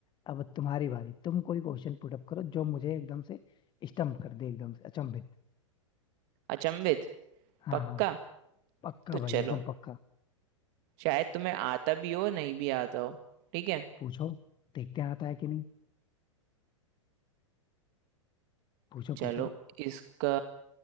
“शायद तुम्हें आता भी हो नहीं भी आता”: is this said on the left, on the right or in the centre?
Right